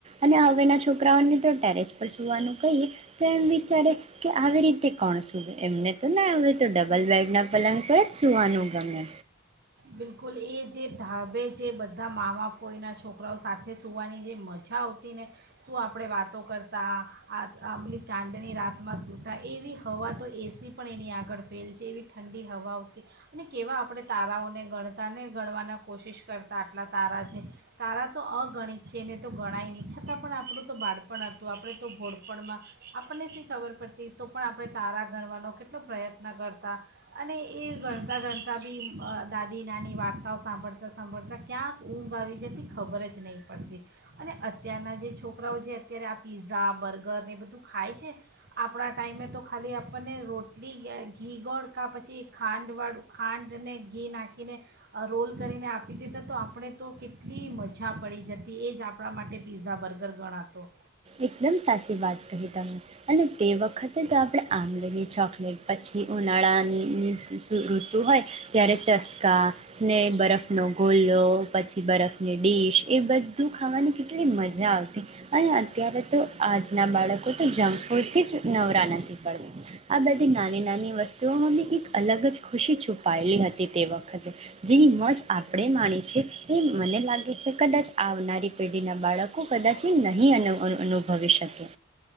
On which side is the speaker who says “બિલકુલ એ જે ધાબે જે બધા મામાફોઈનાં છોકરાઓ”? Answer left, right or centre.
Right